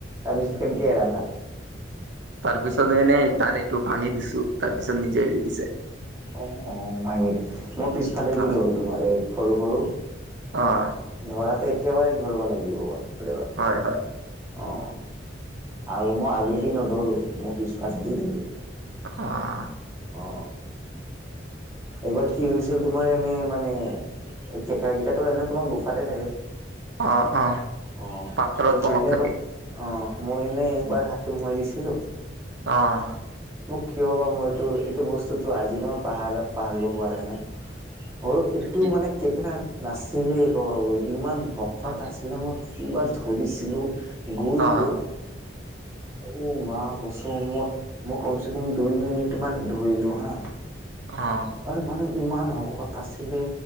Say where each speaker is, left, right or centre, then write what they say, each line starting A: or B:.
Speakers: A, on the right; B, on the right.
A: তাৰপিছত কেনকে এৰালা?
B: তাৰপিছত এনেই তাৰ এইটো ভাঙি দিছো তাৰ পিছত নিজে এৰি দিছে।
A: অঁ, অঁ ভাঙিত মই পিছফালে
B: অ
A: দি ধৰো তোমাৰ এই সৰু- সৰু।
B: অঁ।
A: ধৰাতে একেবাৰে ধৰিব লাগিব বা বাপ্ৰে বাপ।
B: হয় হয়।
A: অঁ, আৰু মই আগেদি নধৰো মই পিছফালেদি ধৰো।
B: অঁ।
A: অ' এইবাৰ কি হৈছিল তোমাৰ এনে মানে এই কেকৰাকেইটাতটো এনে তোমাৰ গোফাতে থাকে।
B: অ অ
A: অঁ,
B: পাথৰত
A: তো মই
B: তলত
A: এনেই
B: থাকে
A: ভ অঁ, মই এনেই এইবাৰ হাতটো সোমাই দিছিলো।
B: অঁ।
A: মোক কিয় বা মই এইটো এইটো বস্তুতটো আজিলৈ পাহাৰ পাহৰিব পৰা নাই। অ এইটো
B: কি
A: মানে কেকেৰা নাছিলেই ক'ব গলে ইমান শকত
B: অ
A: আছিলে মই কিবা ধৰিছিলো গুলকে
B: অ
A: অ মা চ মই মই কমচে কম দুই মিনিটমান ধৰিলোঁ হা।
B: অঁ।
A: আৰু মানে ইমান শকত আছিলে